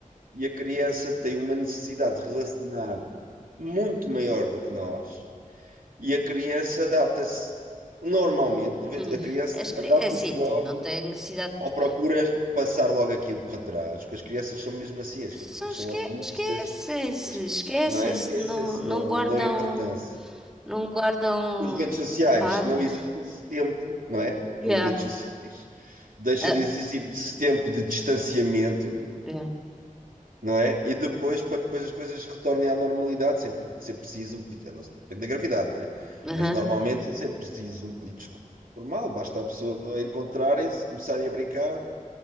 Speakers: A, on the right (about 80°); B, in the centre.
A: e a criança tem uma necessidade de relacionar muito maior do que nós e a criança adapta-se normalmente, 90
B: Hum,
A: a criança
B: as cri-
A: adapta-se
B: é assim,
A: logo
B: tem- não tem necessidade
A: ou
B: de...
A: procuras passar logo aquilo para trás, porque as crianças são mesmo assim, as
B: Só
A: crianças
B: esque,
A: são otimistas,
B: esquecem-se,
A: as-
B: esquecem-se,
A: não é? Esquecem-se,
B: não, não
A: não,
B: guardam,
A: não dão importância.
B: não guardam
A: Com as redes sociais
B: mágoas.
A: não existe esse tempo, não é?
B: Yeah.
A: Com as redes sociais deixa
B: Ah,
A: de existir esse tempo de distanciamento,
B: yeah.
A: não é? E depois, para que depois as coisas retornem à normalidade, sempre ser preciso um pedido, a não ser- depende da gravidade, não é?
B: Aham.
A: Mas normalmente é sempre preciso um pedido de desculpa formal, basta a pessoa encontrarem-se, começarem a brincar